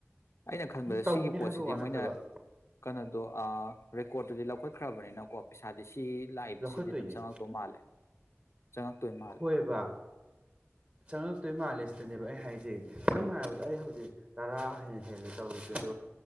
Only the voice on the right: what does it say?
ꯇꯧꯅꯤ
ꯍꯥꯏꯕ
ꯋꯥ
ꯅꯠꯇꯕ
ꯂꯧꯈꯠꯇꯣꯏꯅꯦ
ꯍꯣꯏꯕ ꯆꯪꯉꯛꯇꯣꯏ ꯃꯥꯜꯂꯦ ꯁꯤꯗꯅꯦꯕ ꯑꯩ ꯍꯥꯏꯁꯦ ꯁꯝꯅ ꯍꯥꯏꯔꯕꯗ ꯑꯩ ꯍꯧꯖꯤꯛ ꯇꯔꯥ ꯍꯦꯟꯅ ꯍꯦꯜꯂꯦ ꯇꯧꯔꯤꯁꯦ ꯑꯗꯣ